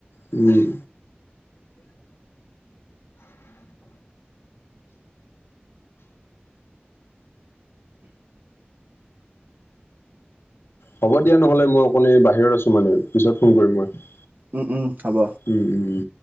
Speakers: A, on the left (about 80°); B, on the right (about 50°).
A: উম। হ'ব দিয়া নহলে মই অকন এই বাহিৰত আছো মানে, পিছত ফোন কৰিম মই।
B: উম উম হ'ব।
A: উম উম উম।